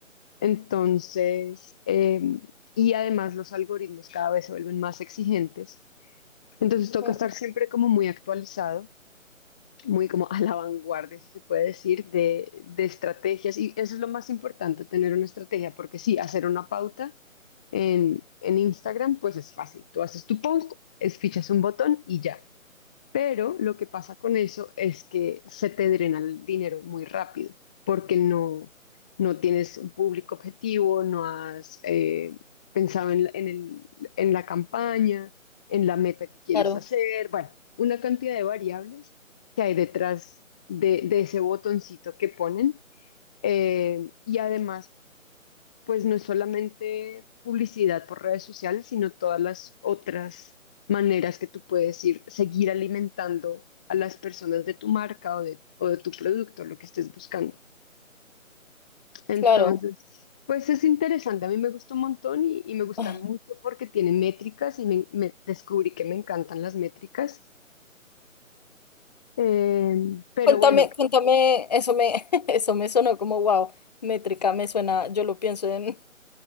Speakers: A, in the centre; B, on the left.
A: Entonces, em, y además los algoritmos cada vez se vuelven más exigentes. Entonces toca
B: Ujú,
A: estar siempre como muy actualizado, muy como a la vanguardia, si se puede decir, de, de estrategias. Y eso es lo más importante, tener una estrategia, porque sí, hacer una pauta. En, en Instagram, pues es fácil. Tú haces tu post, es, fichas un botón y ya. Pero lo que pasa con eso es que se te drena el dinero muy rápido porque no, no tienes un público objetivo, no has eh, pensado en, la- en el, en la campaña, en la meta que quieres
B: Claro,
A: hacer. Bueno, una cantidad de variables que hay detrás de, de ese botoncito que ponen. Eh, y además, pues no es solamente publicidad por redes sociales, sino todas las otras maneras que tú puedes ir, seguir alimentando a las personas de tu marca o de, o de tu producto, lo que estés buscando. Entonces,
B: claro.
A: pues es interesante, a mí me gustó un montón y, y me gustan
B: <laughs>
A: mucho porque tiene métricas y me, me- descubrí que me encantan las métricas. Eh, pero
B: Cuéntame,
A: bueno,
B: cuéntame, eso me, <laughs> eso me sonó como wow, métrica, me suena, yo lo pienso en